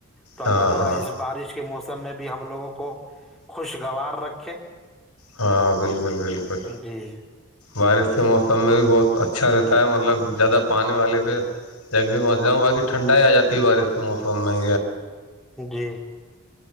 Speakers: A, in the centre; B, on the left.
A: تو اللہ
B: ہاں
A: تعالی
B: ہاں
A: اس بارش کے موسم س میں بھی ہم لوگوں کو خوشگوار رکھے
B: ہاں بالکل بالکل
A: جی
B: بارش کے موسم میں بھی بہت اچھا رہتا ہے مطلب زیادہ پانی والے پہ جا کے مر جاؤں باقی ٹھنڈا ہی آ جاتی ہے بارش کے موسم میں
A: جی